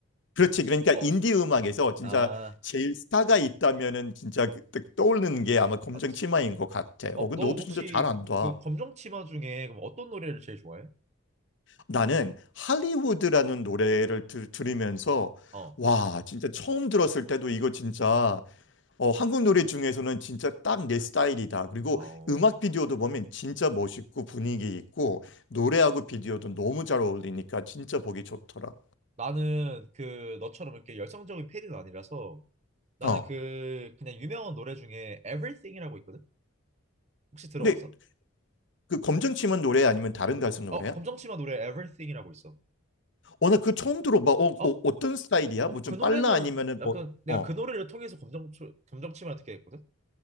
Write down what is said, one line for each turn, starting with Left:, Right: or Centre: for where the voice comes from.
Left: 그렇지. 그러니까
Right: 어,
Left: 인디 음악에서 진짜
Right: 아,
Left: 제일 스타가 있다면은 진짜 그- 떠- 떠오르는 게 아마 검정치마인
Right: 맞지.
Left: 것 같아.
Right: 어,
Left: 어, 그
Right: 너
Left: 너도
Right: 혹시
Left: 진짜 잘 안다.
Right: 그 검정치마 중에 그럼 어떤 노래를 제일 좋아해?
Left: 나는 할리우드라는 노래를 들, 들으면서
Right: 어,
Left: 와, 진짜 처음 들었을 때도 이거 진짜 어, 한국 노래 중에서는 진짜 딱 내 스타일이다. 그리고
Right: 어.
Left: 음악 비디오도 보면 진짜 멋있고 분위기 있고 노래하고 비디오도 너무 잘 어울리니까 진짜 보기 좋더라.
Right: 나는 그 너처럼 이렇게 열성적인 팬은 아니라서 나는
Left: 어.
Right: 그 그냥 유명한 노래 중에 Everything이라고 있거든. 혹시 들어봤어?
Left: 근데 그 검정치마 노래 아니면 다른 가수 노래야?
Right: 어, 검정치마 노래 Everything이라고 있어.
Left: 어, 나 그거 처음 들어봐. 어, 어,
Right: 어,
Left: 어떤 스타일이야?
Right: 어,
Left: 뭐 좀
Right: 그 노래는
Left: 빨라 아니면은
Right: 약간
Left: 뭐
Right: 내가
Left: 어.
Right: 그 노래를 통해서 검정 검정치마를 듣게 됐거든.